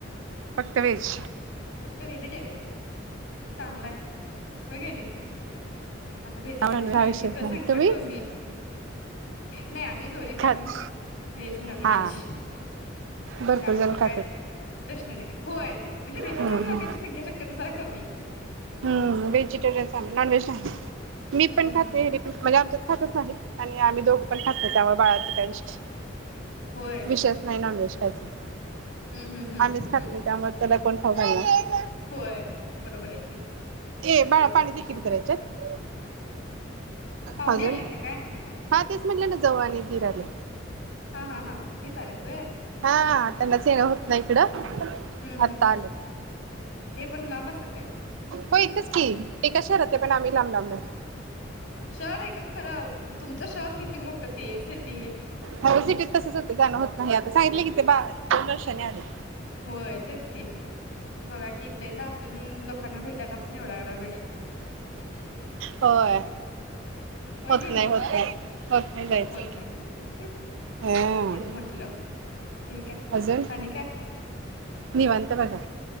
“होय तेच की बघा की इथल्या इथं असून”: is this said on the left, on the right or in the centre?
Left